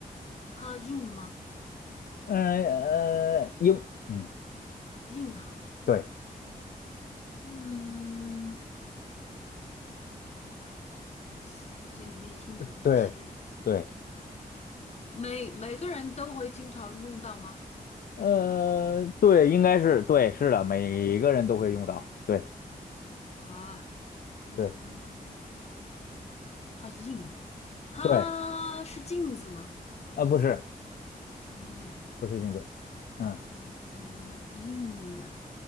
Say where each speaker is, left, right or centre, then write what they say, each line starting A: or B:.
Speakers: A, on the left; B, on the left.
A: 它硬吗？
B: 嗯呃，英，嗯，
A: 硬啊，
B: 对
A: 嗯，洗手间里面硬的东西，
B: 对对，
A: 每每个人都会经常用到吗？
B: 呃，对，应该是对，是的，每个人都会用到，对
A: 啊，嗯，
B: 对
A: 它硬，它是镜子吗？
B: 对，啊，不是，
A: 嗯
B: 不是镜子，嗯，
A: 嗯，硬的